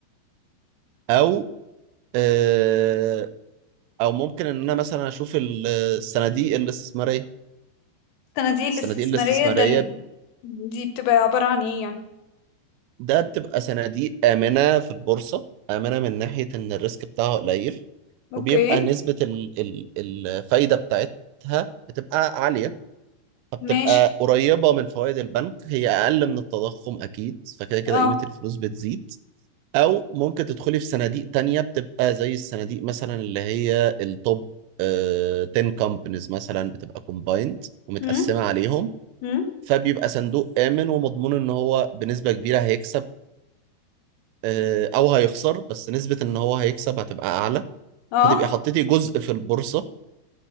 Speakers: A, on the right (about 85°); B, on the left (about 75°).
A: او آه، او ممكن ان انا مثلا اشوف ال- الصناديق الاستثماريه
B: الصناديق الاستثمارية
A: الصناديق الاستثماريه
B: ده ال... دي بتبقى عبارة عن ايه يعني
A: ده بتبقى صناديق امنه في البورصه امنه من ناحيه ان الريسك بتاعها قليل
B: اوكي
A: وبيبقى نسبه ال- ال- الفايده بتاعتها بتبقى عاليه فبتبقى
B: ماشي
A: قريبه من فوائد البنك هي اقل من التضخم اكيد فكده كده
B: اه
A: قيمه الفلوس بتزيد او ممكن تدخلي في صناديق تانية بتبقى زي الصناديق مثلا اللي هي التوب آه، 10 كومبانيز مثلا بتبقى كومبايند ومتقسمة
B: امم
A: عليهم
B: امم
A: فبيبقى صندوق آمن ومضمون ان هو بنسبة كبيرة هيكسب آه، او هيخسر بس نسبة ان هو هيكسب هتبقى اعلى
B: اه
A: فتبقي حطيتي جزء في البورصة